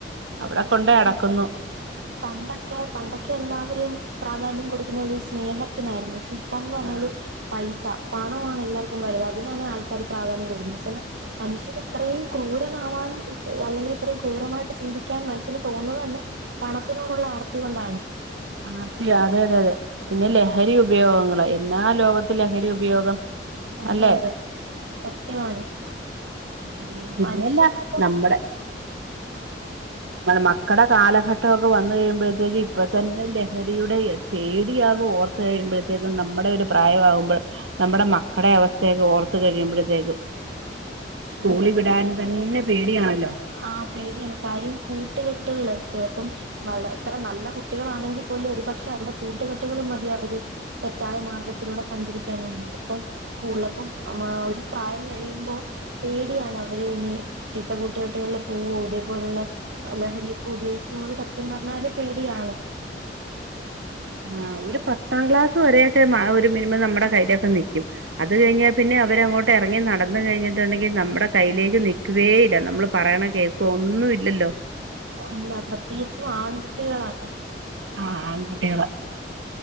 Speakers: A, on the right; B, on the right.
A: അവിടെ
B: സത്യാണ്
A: കൊണ്ടോയി അടക്കുന്നു
B: പണ്ടൊക്കെ പണ്ടൊക്കെ എല്ലാവരും പ്രാധാന്യം കൊടുക്കുന്നത് സ്നേഹത്തിനായിരുന്നു ക്ഷേ ഇ ഇപ്പന്ന് പറഞ്ഞാല്
A: ആ
B: പൈസ പണമാണ് എല്ലാവർക്കും വലുത് അതിനാണ് ആൾക്കാർ പ്രാധാന്യംപ്പെടുന്നത് ചില- മനുഷ്യർ ഇത്രയും ക്രൂരമാവാൻ അല്ലെങ്കിൽ ഇത്രയും ക്രൂരമായിട്ട് ചിന്തി- കാൻ മനുഷ്യന് തോന്നുന്നത് തന്നെ പണത്തിനോടുള്ള ആർത്തി കൊണ്ടാണ്
A: ആർത്തി അതെ അതെതെ പിന്നെ ലഹരി ഉപയോഗങ്ങളെ എല്ലാ ലോകത്ത് ലഹരി ഉപയോഗം
B: അതെ
A: അല്ലെ
B: അതെ സത്യമാണ്
A: പി പിന്നെയല്ല
B: മനുഷ്യർക്കിപ്പം
A: നമ്മുടെ മക്കുടെ കാലഘട്ടമൊക്കെ വന്നു കഴിയുമ്പോഴത്തേക്ക് ഇപ്പ- തന്നെ ലഹരിയുടെ പേടിയാവ് ഓർത്ത് കഴിയുമ്പോഴത്തേക്കും നമ്മുടെ ഒരു പ്രായമാകുമ്പോൾ നമ്മുടെ മക്കുടെ അവസ്ഥയൊക്ക ഓർത്തു കഴിയുമ്പോഴത്തേക്കും
B: <inaudible>
A: സ്കൂളിൽ വിടാൻ
B: സത്യം
A: തന്നെ പേടിയാണ്
B: ആഹ് പേടിയാണ് കാര്യം കൂട്ടുകെട്ടുകൾ ചെലപ്പം അതെത്ര നല്ല കുട്ടികളാണെങ്കിൽ പോലും ഒരുപക്ഷെ അവരുടെ കൂട്ടുകെട്ടുകളും മതി അവര്- തെറ്റായ മാർഗ്ഗത്തിലൂടെ സഞ്ചരിക്കാൻ വേണ്ടിയിട്ട് ഇപ്പം സ്കൂളിലൊപ്പം ആഹ് ഒരു പ്രായം കഴിയുമ്പൊ പേടിയാണ് അവര് ഇനി ചീത്ത കൂ കുട്ടികുള്ള പോവോ <unintelligible> ഇതേപോലുള്ള ലഹരിയൊക്ക ഉപയോഗിക്കുന്ന സത്യം പറഞ്ഞാല് പേടിയാണ്
A: ആ ഒരു പത്താം ക്ലാസ് വരെ ഒക്കെ മ ഒരു മിനിമം നമ്മടെ കയ്യിലൊക്കെ നിക്കും അത് കഴിഞ്ഞാ പിന്നെ അവര് അങ്ങോട്ട് എറങ്ങി നടന്ന് കഴിഞ്ഞിട്ടുണ്ടെങ്കി നമ്മെടെ കയ്യിലേക്ക് നി കേക്ക് വേ ഇല്ല നമ്മള് പറീണ കേക്കൊ ഒന്നും ഇല്ലല്ലൊ
B: ഓല്ല പ്രത്യേകിച്ചും ആൺകുട്ടികളാണ്
A: ആഹ് ആൺകുട്ടികള്